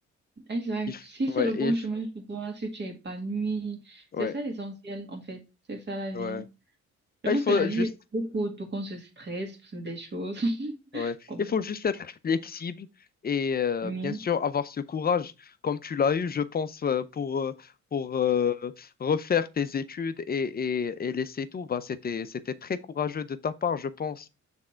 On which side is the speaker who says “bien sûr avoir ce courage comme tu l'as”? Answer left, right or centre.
Left